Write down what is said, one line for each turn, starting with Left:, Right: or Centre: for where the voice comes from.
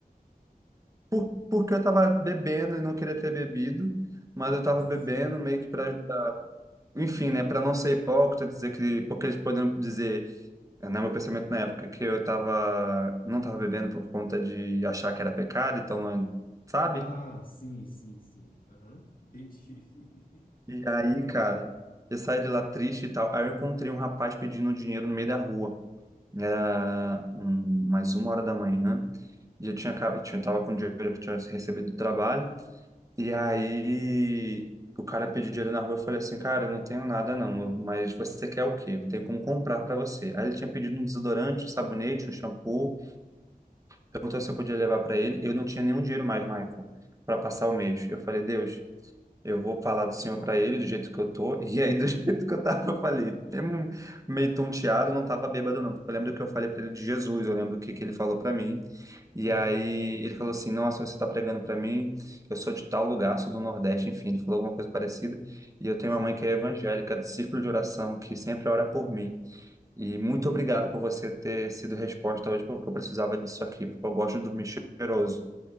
Right: por, porque eu tava bebendo e não queria ter bebido, mas eu tava bebendo
Left: Sim.
Right: meio que para enfim, né, para não ser hipócrita, dizer que porque eles poderiam dizer, é, né, meu pensamento na época que eu tava não tava bebendo por conta de achar que era pecado, então, sabe?
Left: Ah, sim, sim, sim. Aham, Entendi.
Right: E aí, cara, eu saí de lá triste e tal. Aí eu encontrei um rapaz pedindo dinheiro no meio da rua. Era um, mais uma hora da manhã. E eu tinha, acab- tinha, tava com o dinheiro que eu tinha recebido do trabalho. E aí o cara pediu dinheiro na rua, eu falei assim, cara, eu não tenho nada não, mas você quer o quê? Eu tenho como comprar para você. Aí ele tinha pedido um desodorante, um sabonete, um shampoo, perguntou se eu podia levar para ele. Eu não tinha nenhum dinheiro mais, Michael, para passar o mês. Eu falei, Deus, eu vou falar do Senhor para ele do jeito que eu tô. <laughs> E aí, do <laughs> jeito que eu tava, eu falei, tem um meio tonteado, não tava bêbado, não. Porque eu lembro que eu falei para ele de Jesus, eu lembro o que, que ele falou para mim. E
Left: <laughs> Sim,
Right: aí ele falou assim: Nossa, você tá pregando para mim, eu sou de tal lugar, sou do Nordeste, enfim, ele falou alguma coisa parecida. E eu tenho
Left: sim.
Right: uma mãe que é evangélica, do círculo de oração, que sempre ora por mim. E muito obrigado por você ter sido resposta hoje, porque eu precisava disso aqui, porque eu gosto de dormir cheiroso.